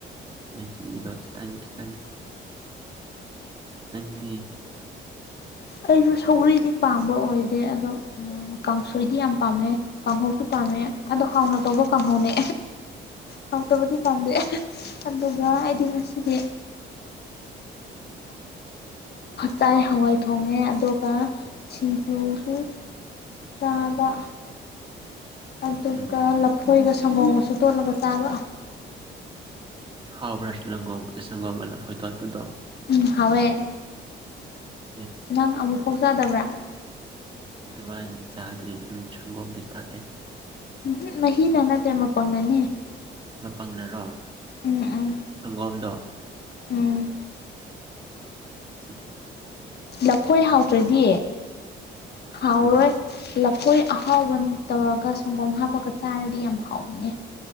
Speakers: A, on the right; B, on the left.
A: ꯃꯍꯔꯣ ꯈꯤꯇꯪ ꯈꯤꯇꯪ ꯅꯪꯗꯤ
B: ꯑꯩꯁꯨ ꯁꯧꯔꯤꯗꯤ ꯄꯥꯝꯕ ꯑꯣꯏꯗꯦ ꯑꯗꯣ ꯀꯥꯡꯁꯣꯏꯗꯤ ꯌꯥꯝ ꯄꯥꯝꯃꯦ ꯀꯥꯡꯍꯧꯁꯨ ꯄꯥꯝꯃꯦ ꯑꯗꯣ ꯍꯥꯎꯅ ꯇꯧꯕ ꯀꯥꯡꯍꯧꯅꯦ ꯍꯥꯎꯇꯕꯗꯤ ꯄꯪꯝꯗꯦ ꯑꯗꯨꯒ ꯑꯩꯗꯤ ꯉꯗꯤ ꯇꯥꯥꯏ ꯍꯋꯥꯏ ꯊꯣꯡꯉꯦ ꯑꯗꯨꯒ ꯁꯤꯡꯖꯨꯁꯨ ꯇꯥꯕ ꯑꯗꯨꯒ
A: ꯎꯝ
B: ꯂꯐꯣꯏꯒ ꯁꯪꯒꯣꯝꯒꯁꯨ ꯇꯣꯠꯂꯒ ꯆꯥꯕ
A: ꯍꯥꯎꯕ꯭ꯔꯁ ꯂꯒꯣꯡ ꯁꯪꯣꯡꯒꯂ ꯐꯣꯏꯇꯣ ꯇꯗꯣ
B: ꯎꯝ ꯍꯋꯦ
A: ꯎꯝ
B: ꯅꯪ ꯑꯃꯨꯛ ꯐꯥꯎ ꯆꯥꯗꯕ꯭ꯔꯥ
A: ꯑꯗꯨꯃꯥꯏꯅꯗꯤ ꯆꯥꯗ꯭ꯔꯤ ꯎ ꯁꯪꯒꯣꯝꯗꯤ ꯊꯛꯑꯦ
B: ꯎꯝ ꯃꯍꯤ ꯅ ꯅꯠꯇꯦ ꯃꯄꯪꯅꯅꯤ
A: ꯃꯄꯪꯅꯔꯣ
B: ꯎꯝ ꯎꯝ
A: ꯁꯪꯒꯣꯝꯗꯣ
B: ꯎꯝ
A: ꯆꯦꯛꯦꯛ
B: ꯂꯐꯣꯏ ꯍꯥꯎꯇ꯭ꯔꯗꯤ ꯍꯥꯎꯔꯣꯏ
A: ꯎꯝ
B: ꯂꯐꯣꯏ ꯑꯍꯥꯎꯕꯅ ꯇꯧꯔꯒ ꯁꯪꯒꯣꯝ ꯍꯥꯞꯄꯒ ꯆꯥꯔꯗꯤ ꯌꯥꯝ ꯍꯥꯎꯕꯅꯦ